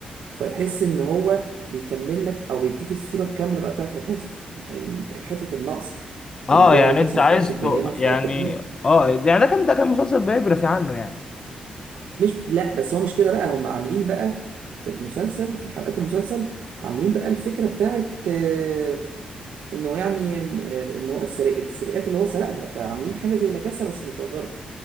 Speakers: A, on the right; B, on the left.
A: فتحس ان هو بيكمل لك او بيديك الصورة الكاملة بقى بتاعت لاكاسا ال- ال- الحتت الناقصة
B: اه
A: اللي هو
B: يعني
A: لاكاسا
B: انت عايز
A: ما كانش مبينها
B: ت-
A: في
B: يعني
A: حياة برلين
B: اه يعني ده كان ده كان مسلسل بيوجرافي عنه يعني
A: مش لا بس هو مش كده بقى هم عاملين بقى في المسلسل في حلقات المسلسل عاملين بقى الفكرة بتاعت آه، انه يعني آه، ان هو السرق السرقات اللي هو سرقها فعاملين حاجة زي لاكاسا بس مصغرة